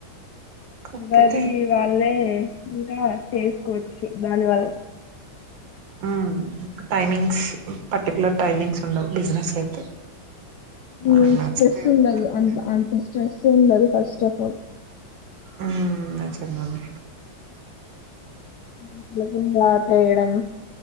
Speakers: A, on the right; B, on the left.
A: కాకపోతే
B: మది వాళ్ళే ఇలా చేసుకోవచ్చు దానివల్ల
A: ఉమ్ టైమింగ్స్ పర్టికు్యలర్ టైమింగ్స్ ఉండవు బిజినెస్ అయితే మనకు
B: ఉమ్
A: నచ్చితే
B: స్ట్రెస్
A: ఉంటుంది.
B: ఉండదు అంత అంత స్ట్రెస్ ఉండదు ఫస్ట్ ఆఫ్ ఆల్
A: ఉమ్ చెందండి
B: ఉమ్ లుకింగ్ రాత ఉమ్